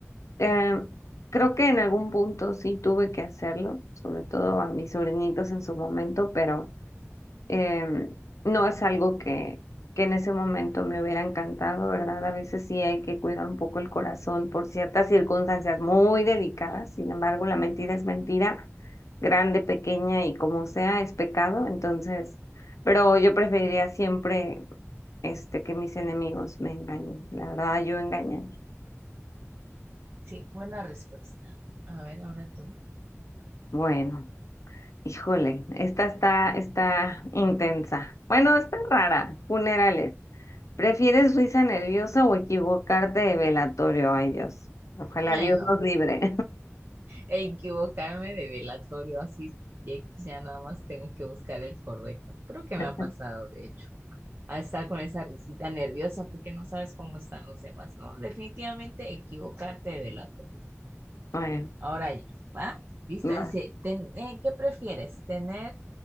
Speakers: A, on the left (about 85°); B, on the right (about 50°).
A: Eh, creo que en algún punto sí tuve que hacerlo, sobre todo a mis sobrinitos en su momento, pero em, no es algo que, que en ese momento me hubiera encantado, ¿verdad? A veces sí hay que cuidar un poco el corazón por ciertas circunstancias muy delicadas, sin embargo, la mentira es mentira, grande, pequeña y como sea, es pecado, entonces, pero yo preferiría siempre este, que mis enemigos me engañen, la verdad, yo engañar.
B: Sí, buena respuesta. A ver, ahora tú.
A: Bueno. Híjole, esta está, está intensa. Bueno, está rara. Funerales. ¿Prefieres risa nerviosa o equivocarte de velatorio? Ay, Dios. Ojalá
B: Ay,
A: Dios
B: no,
A: nos
B: pues
A: libre.
B: equivocarme de velatorio, así que ya nada más tengo que buscar el correcto. Creo que me
A: <laughs>
B: ha pasado, de hecho. a estar con esa risita nerviosa porque no sabes cómo están los demás, ¿no? Definitivamente equivocarte de delator.
A: Bueno,
B: Ahora yo, ¿va? Lista,
A: va.
B: dice, ten- eh, ¿qué prefieres? ¿Tener